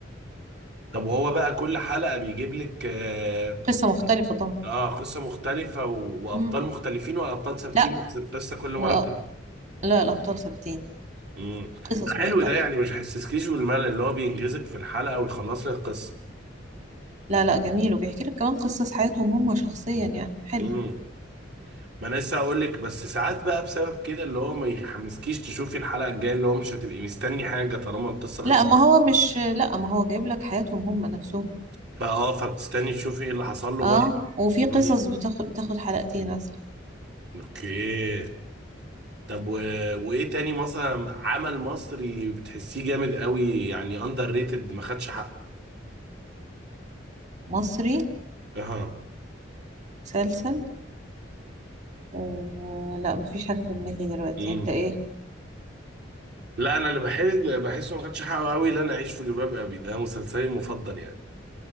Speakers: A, on the right; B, on the right.
A: طب وهو بقى كل حلقة بيجيب لك اه
B: قصة مختلفة
A: آه، قصة مختلفة و... وابطال
B: مم.
A: مختلفين والابطال ثابتين
B: لا
A: بس القصة كل مرة
B: لا
A: بتبقى
B: لا الأبطال ثابتين
A: امم
B: قصص
A: ده حلو
B: مختلفة
A: ده يعني مش هيحسسكيش بالملل اللي هو بينجزك في الحلقة ويخلص لك القصة
B: لا لا جميل وبيحكي لك كمان قصص حياتهم هم شخصيا يعني حلو
A: امم ما انا لسه هقول لك بس ساعات بقى بسبب كده اللي هو ما يحمسكيش تشوفي الحلقة الجاية اللي هو مش هتبقي مستني حاجة طالما القصة خلصت
B: لا ما هو مش لا ما هو جايب لك حياتهم هم نفسهم
A: فاه فبتستني تشوفي ايه اللي حصل له
B: اه
A: بره
B: وفي قصص
A: امم
B: بتاخد بتاخد حلقتين مثلا
A: اوكي طب و... وايه تاني مثلا عمل مصري بتحسيه جامد قوي يعني اندر ريتد ما خدش حقه
B: مصري
A: اها
B: مسلسل و... لا مفيش حاجة في دماغي دلوقتي
A: امم
B: انت ايه
A: لا انا اللي بحس بحسه ما خدش حقه قوي لا انا اعيش في جلباب ابي ده مسلسلي المفضل يعني